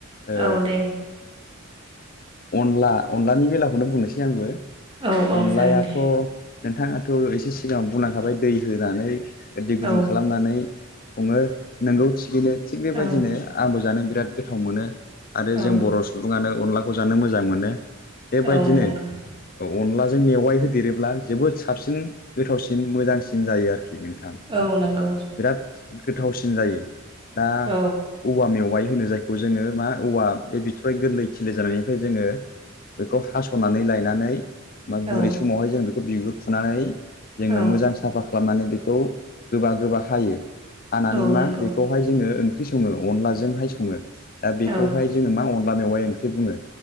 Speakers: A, on the left; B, on the right.
A: ओ
B: औ दे
A: अनला अनलानि बेलाखौनो बुंनोसै आंबो
B: औ औ जागोन दे
A: नोंथाङाथ' एसे सिगाङाव बुंलांखाबाय दै होनानै दै गुदुं
B: औ
A: खालामनानै सङो नोंगौ थिगैनो थिग बेबायदिनो
B: औ
A: आंबो जानो बिराद गोथाव मोनो आरो
B: औ
A: जों बर' सुबुङानो अनलाखौ जानो मोजां मोनो बेबायदिनो
B: औ नंगौ
A: अनला जों मेवाइ होदेरोब्ला जोबोद साबसिन गोथावसिन मोजांसिन जायो आरोखि नोंथां
B: औ नंगौ
A: बिराद गोथावसिन जायो दा
B: औ
A: औवा मेवाइ होनो जायखौ जोङो मा औवा बे बिथराइ गोरलै खि लि जानायनिफ्राय जोङो बेखौ हास'नानै लायनानै मा गुरै
B: औ
A: समावहाय जों बे बेखौ बिगुर खुनानै जोङो
B: औ
A: मोजां साफा खालामनानै बेखौ गोबा गोबा हायो। हानानै
B: औ
A: मा
B: नंगौ
A: बेखौहाय जोङो ओंख्रि सङो अनलाजोंहाय सङो दा बेखौहाय
B: औ
A: जोङो मा अन औवा मेवाइ ओंख्रि बुङो।